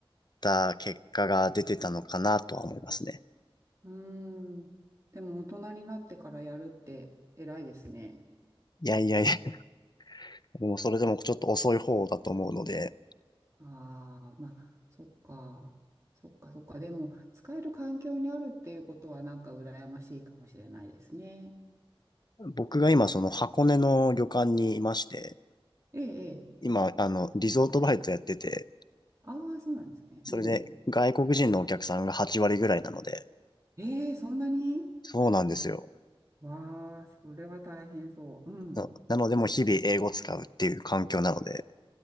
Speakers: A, on the left (about 45°); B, on the right (about 35°).
A: た結果が出てたのかなとは思いますね。
B: うーん。でも大人になってからやるって偉いですね。
A: いやいやいや、<laughs> もうそれでもちょっと遅い方だと思うので、
B: ああ、まあ、そっか。そっか、そっか。でも、使える環境にあるっていうことはなんか羨ましいかもしれないですね。
A: 僕が今、その箱根の旅館にいまして、
B: ええ、ええ。
A: 今、あの、リゾートバイトやってて、
B: ああ、そうなんですね。
A: それで外国人のお客さんが8割ぐらいなので、
B: うん。ええ、そんなに
A: そうなんですよ。
B: わあ、それは大変そう。うん。
A: な、なので、もう日々英語使うっていう環境なので、